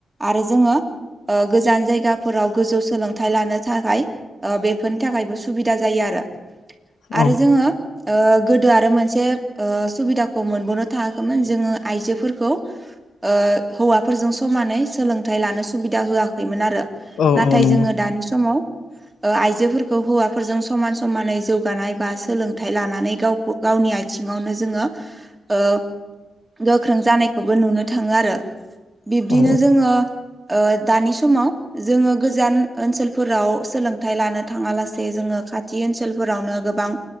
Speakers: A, on the right; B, on the left.
A: आरो जोङो ओ गोजान जायगाफोराव गोजौ सोलोंथाइ लानो थाखाय ओ बेफोरनि थाखायबो सुबिदा जायो आरो आरो
B: औ
A: जोङो ओ गोदो आरो मोनसे सुबिदाखौ मोनबावनो थाङाखैमोन जोङो आइजोफोरखौ ओ हौवाफोरजों समानै सोलोंथाइ लानो सुबिदा होआखैमोन आरो।
B: औ
A: नाथाय
B: औ नंगौ
A: जोङो दानि समाव ओ आइजोफोरखौ हौवाफोरजों समान समानै जौगानाय बा सोलों थाय लानानै गावखौ गावनि आथिङावनो जोङो ओ गोख्रों जानायखौबो नुनो थाङो आरो बिब्दिनो
B: औ
A: जोङो ओ दानि समाव जोङो गोजान ओनसोलफोराव सोलोंथाइ लानो थाङालासे जोङो खाथि ओनसोलफोरावनो गोबां